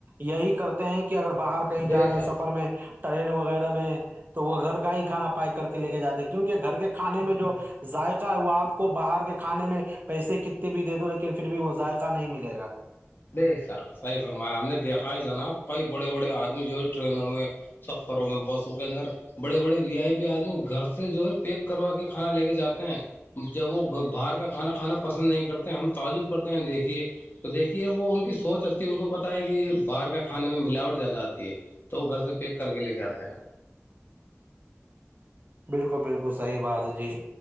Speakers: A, on the right (about 40°); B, on the left (about 45°).
A: یہی کرتے ہیں کہ اگر باہر کہیں
B: بے
A: جا رہے
B: شک
A: ہیں سفر میں ٹرین وغیرہ میں تو وہ گھر کا ہی کھانا پیک کر کے لے کے جاتے کیونکہ گھر کے کھانے میں جو ذائقہ ہے وہ آپ کو باہر کے کھانے میں پیسے کتنے بھی دے دووں لیکن پھر بھی وہ ذائقہ نہیں ملے گا
B: بے شک صحیح فرمایا آپ نے دیکھا ہے جناب کئی بڑے بڑے آدمی جو ہے ٹرینوں میں سفروں میں بسوں کے اندر بڑے بڑے وی آئی پی آدمی گھر سے جو ہے پیک کروا کے کھانا لے کے جاتے ہیں جب وہ باہر کا کھانا کھانا پسند نہیں کرتے ہم تعجب کرتے ہیں دیکھیے تو دیکھیے وہ ان کی سوچ آچتی ہے ان کو پتتا ہے کہ باہر کا کھانے میں ملاوٹ زیادہ آتی ہے تو وہ گھر سے پیک کر کے لے کے آتے ہیں
A: بالکل بالکل صحیح بات ہے جی